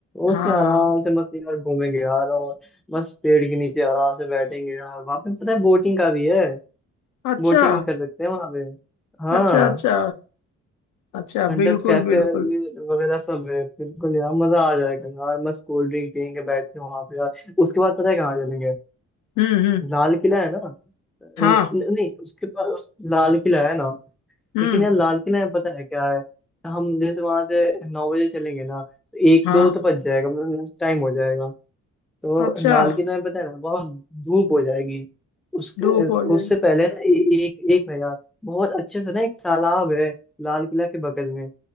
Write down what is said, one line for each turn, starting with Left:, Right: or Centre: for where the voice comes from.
Left: हाँ
Centre: उसमें आराम से मस्त यार घूमेंगे यार और मस्त पेड़ के नीचे आराम से बैठेंगे यार वहाँ पे पता है बोटिंग का भी है
Left: अच्छा
Centre: बोटिंग भी कर सकते हैं वहाँ पे हाँ
Left: अच्छा अच्छा अच्छा
Centre: अंडर
Left: बिल्कुल
Centre: कैफे
Left: बिल्कुल
Centre: वगैरह सब है बिल्कुल यार मजा आ जाएगा यार मस्त कोल्ड ड्रिंक पियेंगे बैठ के वहां पे यार उसके बाद पता है कहाँ चलेंगे
Left: हम्म हम्म
Centre: लाल किला है ना अ,
Left: हाँ
Centre: न- नहीं उसके पास लाल किला है ना
Left: हम्म
Centre: लेकिन यार लाल किला में पता है क्या है हम जैसे वहां से नौ बजे चलेंगे ना तो एक
Left: हाँ
Centre: दो तो बज जाएगा मतलब लंच टाइम हो जाएगा तो
Left: अच्छा
Centre: लाल किला में पता है ना बहुत धूप हो जाएगी उसके
Left: धूप हो जाए
Centre: उससे पहले ना ए, एक एक ना यार बहुत अच्छे से ना एक तालाब है लाल किला के बगल में